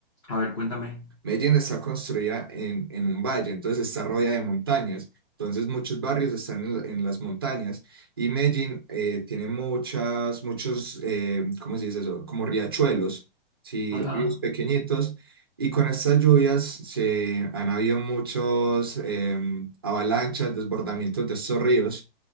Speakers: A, on the left (about 30°); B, on the right (about 25°).
A: A ver, cuéntame.
B: Medellín está construida en, en un valle, entonces está rodeada de montañas. Entonces muchos barrios están en, en las montañas y Medellín eh, tiene muchas, muchos, eh, ¿cómo se dice eso? Como riachuelos, sí,
A: Ajá.
B: ríos pequeñitos. Y con estas lluvias se han habido muchos eh, avalanchas, desbordamientos de estos ríos.